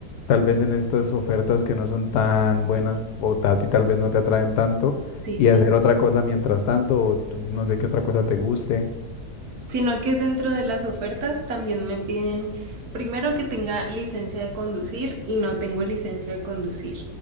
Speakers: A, on the left; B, on the right.
A: tal vez en estas ofertas que no son tan buenas o ta- a ti tal vez no te atraen tanto,
B: sí,
A: y
B: sí.
A: hacer otra cosa mientras tanto, o tú- no sé qué otra cosa te guste.
B: sino que dentro de las ofertas también me piden primero que tenga licencia de conducir y no tengo licencia de conducir.